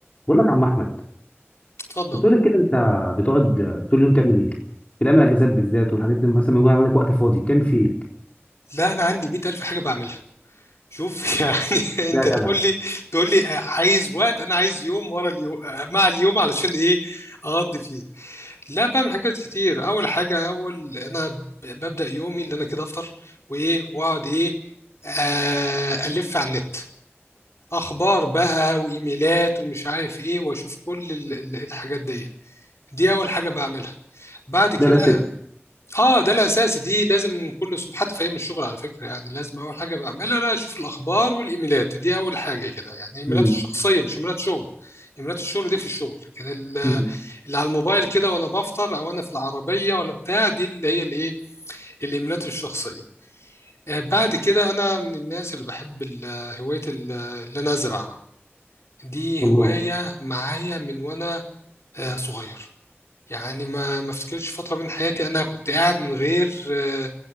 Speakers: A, on the left; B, on the left.
A: بقول لك يا عم احمد
B: اتفضل
A: بتقول لك كده انت بتقعد طول اليوم تعمل ايه في الايام الاجازات بالذات والحاجات دي مثلا ما يكون عندك وقت فاضي بتعمل فيه ايه
B: لا انا عندي 100000 حاجه بعملها شوف <laughs> يعني
A: ده
B: انت
A: يا جدع
B: تقول لي تقول لي عايز وقت انا عايز يوم ورا اليوم مع اليوم علشان ايه اقضي فيه لا بعمل حاجات كتير اول حاجه اول انا ب- ببدا يومي اللي انا كده افطر وايه واقعد ايه آه، الف على النت اخبار بقى وايميلات ومش عارف ايه واشوف كل ال- ال- الحاجات دي دي اول حاجه بعملها بعد كده
A: ده الاساسي
B: اه ده الاساسي دي لازم كل صبح حتى في ايام الشغل على فكره يعني لازم اول حاجه بعملها انا اشوف الاخبار والايميلات دي اول حاجه كده يعني الايميلات
A: امم
B: الشخصيه مش ايميلات شغل ايميلات الشغل دي في الشغل لكن ال-
A: امم
B: اللي على الموبايل كده وانا بفطر او انا في العربيه ولا بتاع دي اللي هي الايه الايميلات الشخصيه آه بعد كده انا من الناس اللي بحب ال- هوايه ال- اللي انا ازرع دي
A: والله
B: هوايه معايا من وانا آه صغير يعني ما ما افتكرش فترة من حياتي انا كنت قاعد من غير آه،